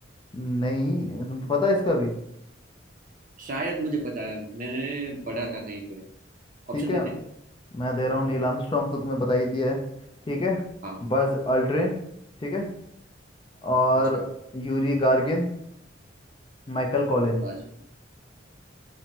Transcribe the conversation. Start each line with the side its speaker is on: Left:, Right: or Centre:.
Left: नहीं तुम्हें पता है इसका भी
Right: शायद मुझे पता है मैंने पढ़ा था कहीं पे ऑप्शन
Left: ठीक है
Right: दे दे
Left: मैं दे रहा हूँ नील
Right: हाँ
Left: आर्मस्ट्रांग तो तुम्हें बता ही दिया है ठीक है
Right: हाँ
Left: Buzz Aldrin ठीक है और
Right: अच्छा
Left: यूरी गार्गिन Michael Collins
Right: अच्छा